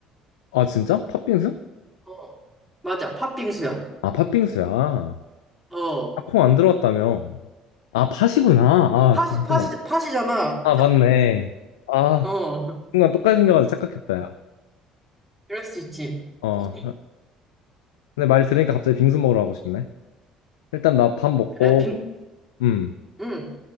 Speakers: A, on the left; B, in the centre.
A: 아, 진짜? 팥빙수?
B: 어. 맞아, 팥빙수야.
A: 아, 팥빙수야. 아,
B: 어.
A: 콩 안 들어갔다며. 아, 팥이구나. 아,
B: 팥이,
A: 잠시만.
B: 팥이, 팥이잖아.
A: 아, 맞네. 아,
B: 어.
A: 순간 똑같이 생겨가지고 착각했다, 야.
B: 그럴 수 있지.
A: 어.
B: <laughs>
A: 근데 말 들으니까 갑자기 빙수 먹으러 가고 싶네. 일단 나 밥 먹고,
B: 그래, 빙,
A: 음,
B: 응.